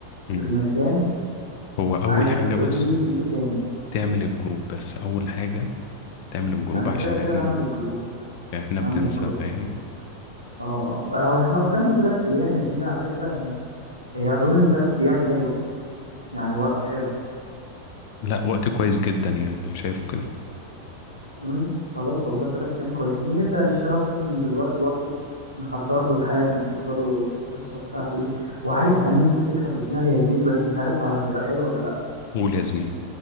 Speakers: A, on the left; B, on the left.
A: مم.
B: المكان
A: هو أول
B: عايزك
A: حاجة
B: تقول
A: بس
B: لي في ايه تاني
A: تعمل الجروب بس أول حاجة تعمل الجروب
B: ما انا كده
A: عشان احنا
B: كده هعمل الجروب
A: احنا بننسى
B: هعمل الجروب
A: فاهم
B: اه بقى هو احنا قدامنا ثلاث ايام يا زميلي على فكرة إيه اظن ان ثلاث ايام حلوة يعني وقت حلو
A: لا وقت كويس جدا يعني أنا شايفه كده
B: امم خلاص والله ثلاث ايام كويسين نبدأ نشتغل فيهم من دلوقتي برضو نحضر له الحاجة نحضر له القصة بتاعته دي وعايز كمان في فكرة في دماغي يا زميلي بس مش عارف هتبقى حلوة ولا لا
A: قول يا زميلي